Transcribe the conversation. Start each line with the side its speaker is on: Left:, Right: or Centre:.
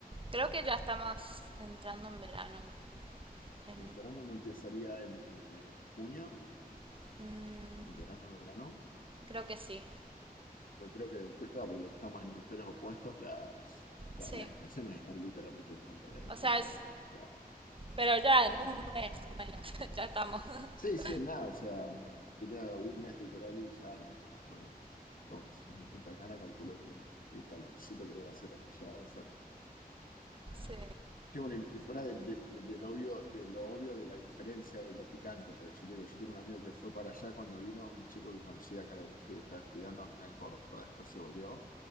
Right: Creo que ya estamos entrando en verano. en-
Left: En verano no empezaría en, en junio,
Right: mm,
Left: en verano, verano.
Right: creo que sí,
Left: Pues creo que, que, claro, porque lo que estamos en hemisferios opuestos, las, la-
Right: sí.
Left: las estaciones están literalmente en contra. En
Right: O sea,
Left: contra.
Right: es-
Left: O sea,
Right: pero ya en un mes o menos, <laughs> ya estamos. <laughs>
Left: sí, sí, en nada. O sea, diría un mes literal y ya arrancas con el. Pero bueno, si estás en Punta Cana, calculo que el, el calorcito que debe hacer allá debe ser
Right: Sí,
Left: Sí, bueno, y y fuera del, del- del- del obvio, de lo obvio de la diferencia de lo picante, porque yo te digo, yo tengo un amigo que fue para allá cuando vino, un chico que conocía acá de México que estaba estudiando acá en Córdoba, después se volvió,